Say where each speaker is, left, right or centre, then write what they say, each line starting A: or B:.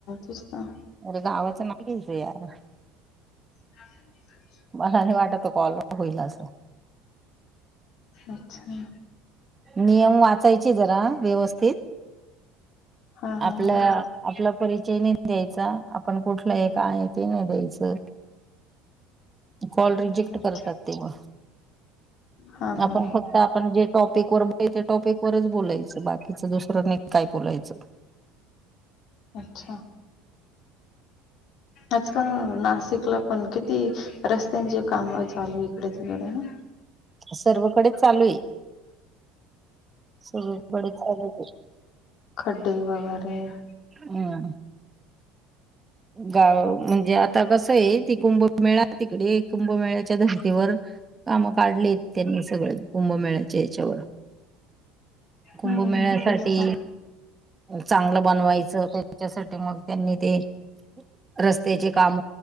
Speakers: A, on the left (about 55°); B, on the right (about 20°).
A: तेच ना.
B: अरे गावाचं नाही घ्यायच यार.
A: <unintelligible>
B: मला नाही वाटत तो कॉल होईल असं.
A: अच्छा.
B: नियम वाचायचे जरा व्यवस्थित.
A: हा हा
B: आपला
A: हा
B: आपला परिचय नाही द्यायच चा आपण कुठलं आहे काय आहे ते नाही द्यायचं. कॉल रिजेक्ट
A: अच्छा
B: करतात ते म
A: हा हा
B: आपण
A: हा
B: फक्त आपण जे टॉपिक वर त्या टॉपिक वरच बोलायचं बाकीच दुसर नाही काय बोलायचं.
A: अच्छा. आजकाल नाशिकला पण किती रस्त्यांचे काम चालू इकडे तिकडे ना.
B: सर्वकडेच चालू आहे सगळीकडच चालू आहे तशी.
A: खड्डेे वगैरे. <inaudible>
B: हम्म गाव म्हणजे आता कस आहे ती कुंभमेळा- तिकडे कुंभमेळ्याच्या धर्तीवर काम काढलेत त्यांनी सगळे कुंभमेळ्याच्या याच्यावर. कुंभमेळ्यासाठी
A: हम्म तेच ना
B: चांगलं बनवायचं त्यांच्यासाठी मग त्यांनी ते रस्त्याचे काम